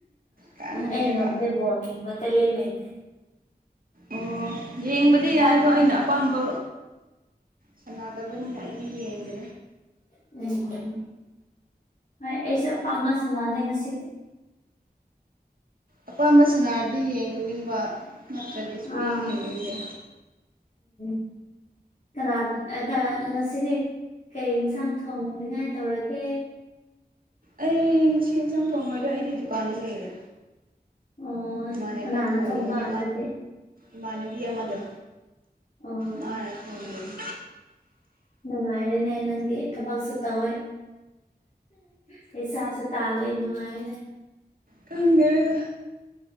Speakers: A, on the right (about 60°); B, on the left (about 45°).
A: ꯈꯪꯉꯦꯕ
B: ꯑꯩ ꯅꯝꯗꯦ ꯕꯣꯜ ꯌꯦꯡꯕ ꯇꯥꯂꯦꯟ ꯂꯩꯗꯦ
A: ꯑꯣ ꯌꯦꯡꯕꯗꯤ
B: ꯆꯥꯛ
A: ꯌꯥꯏ ꯑꯗꯣ ꯑꯩꯅ ꯑꯄꯥꯝꯕ ꯁꯥꯟꯅꯗꯕꯅꯤꯅ ꯑꯩꯗꯤ ꯌꯦꯡꯗꯦ
B: ꯎꯝ ꯍꯣꯏ ꯑꯩꯁꯨ ꯑꯄꯥꯝꯕ ꯁꯥꯟꯅꯅꯦ ꯉꯁꯤꯗꯤ
A: ꯑꯄꯥꯝꯕ ꯁꯅꯥꯔꯗꯤ ꯌꯦꯡꯅꯤꯡꯕ ꯅꯠꯇ꯭ꯔꯗꯤ ꯁꯨꯛ
B: ꯑꯥ
A: ꯌꯦꯡ ꯌꯦꯡꯅꯤꯡꯗꯦ
B: <inaudible> ꯀꯅꯥ ꯉꯁꯤꯗꯤ ꯀꯩ ꯏꯟꯁꯥꯡ ꯊꯣꯡꯅꯤꯉꯥꯏ ꯇꯧꯔꯒꯦ
A: ꯑꯩ ꯉꯁꯤ ꯏꯟꯁꯥꯡ ꯊꯣꯡꯉꯣꯏꯗꯦ ꯑꯩꯗꯤ ꯗꯨꯀꯥꯟꯗ ꯂꯩꯔꯦ
B: ꯑꯣ
A: ꯏꯃꯥꯟꯅꯕꯤ
B: ꯀꯅꯥꯅ
A: ꯊꯣꯡꯒꯅꯤ
B: ꯊꯣꯡꯕ ꯑꯗꯨꯗꯤ
A: ꯏꯃꯥꯟꯅꯕꯤ ꯑꯃꯗ
B: ꯑꯣ
A: ꯃꯥꯅ ꯊꯣꯡꯒꯅꯤ
B: ꯅꯨꯡꯉꯥꯏꯔꯦꯅꯦ ꯅꯪꯗꯤ ꯊꯕꯛꯁꯨ ꯇꯧꯋꯦ ꯄꯩꯁꯥꯁꯨ ꯇꯥꯜꯂꯦ ꯅꯨꯡꯉꯥꯏꯅꯦ
A: ꯈꯪꯗꯦꯗꯥ